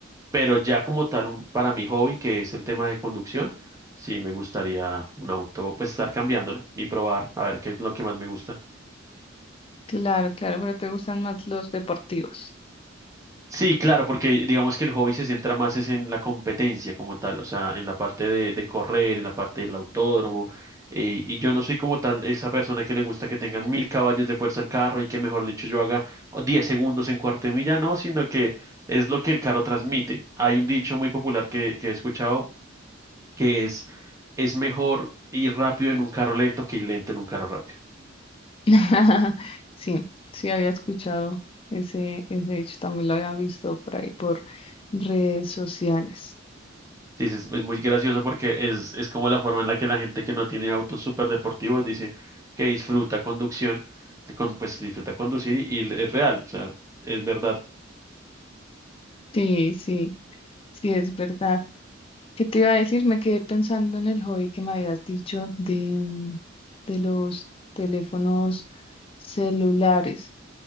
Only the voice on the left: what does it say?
Claro, claro, pero te gustan más los deportivos.
<laughs> Sí, sí había escuchado ese, ese hecho, también lo había visto por ahí por redes sociales.
Sí, sí, sí, es verdad. ¿Qué te iba a decir? Me quedé pensando en el hobby que me habías dicho de, mm, de los teléfonos celulares.